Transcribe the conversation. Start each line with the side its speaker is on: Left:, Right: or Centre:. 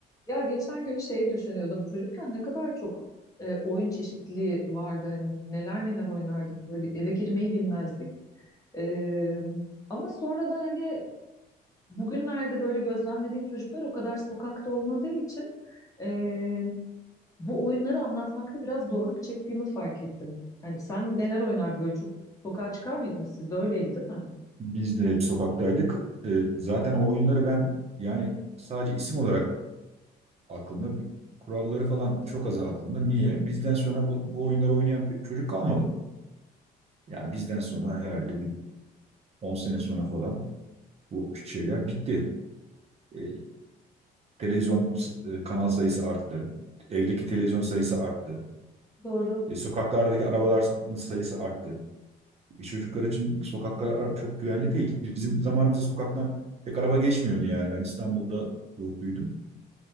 Left: Ya geçen gün şeyi düşünüyordum. Çocukken ne kadar çok e, oyun çeşitliliği vardı. Hani neler neler oynardık böyle eve girmeyi bilmezdik. E, ama sonradan hani bugünlerde böyle gözlemlediğim çocuklar o kadar sokakta olmadığı için e, bu oyunları anlatmakta biraz zorluk çektiğimi fark ettim. Yani sen neler oynar böyle çok sokağa çıkar mıydınız? Siz de öyleydi değil mi?
Right: Biz de hep sokaktaydık. Ee, zaten o oyunları ben yani sadece isim olarak aklımda, kuralları falan çok az aklımda. Niye? Bizden sonra bu, bu oyunları oynayan bir çocuk kalmadı. Yani bizden sonra herhalde bir 10 sene sonra falan bu şeyler bitti. Ee, televizyon e, kanal sayısı arttı. Evdeki televizyon sayısı arttı.
Left: Doğru.
Right: E, sokaklardaki arabalar sayısı arttı. E, çocuklar için sokaklar çok güvenli değil. Bizim zamanımızda sokaktan pek araba geçmiyordu yani. Ben İstanbul'da doğup büyüdüm.